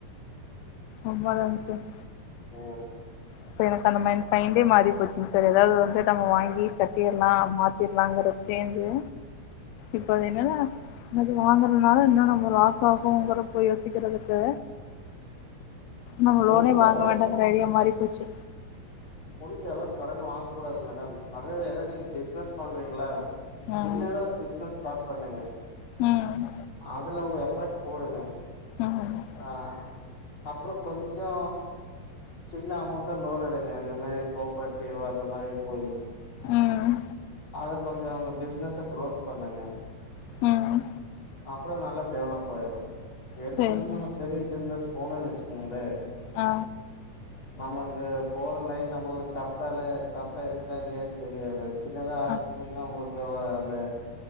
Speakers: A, on the left; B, on the left.
A: உண்மதாங்க சார்
B: ஓ
A: இப்ப எனக்கு அந்த மையின் மைண்டே மாறி போச்சிங்க சார் ஏதாவது வந்து நம்ம வாங்கி கட்டிர்லா மாத் திறலாங்கற சேஞ்சு இப்பது என்னனா அது வாங்குறதுனால இன்னு நம்ம லாஷ்சாகுங்றத போய் யோசிக்கிறதுக்கு நம்ம
B: முடிஞ்ச
A: லோனே வாங்க
B: அளவுக்கு
A: வேண்டாங்கிற ஐடியா மாறி போச்சு
B: முடிஞ்ச அளவு கடன் வாங் கூடாது மேடம் அத எது ஏத நீங்க பிசினஸ் பண்றீங்கள
A: ம்
B: சின்னதா ஒரு பிசினஸ் ஸ்டார் பண்ணுங்க
A: ம்
B: அதுல உங்க எஃபர்ட் போடுங்க
A: ம்
B: ஆ அப்பற கொஞ்சோ சின்ன அமௌண்ட்டா லோன் எடுங்க அந்த அத மாரி கோப்ரட்டிவ் அந்த மாரி போயி
A: ம்
B: அத கொஞ்சோ உங்க பிசினஸ்ஸ குரோத் பண்ணுங்க
A: ம்
B: அப்பற நல்லா டெவலப் ஆயிரு எடுத்தொட்ன
A: சரிங்க
B: நம்ம பெரிய பிசினஸ் போணனு வச்சுக்கோங்களே
A: ஆ
B: நமக்கு போற லைன் நம்மளுக்கு கரெக்டால கரெக்டா இருக்கா இல்லயானு தெரியாது சின்னதா ஆரம்பிச்சிங்ன்னா
A: ஆ
B: உங்களுக்கு அந்த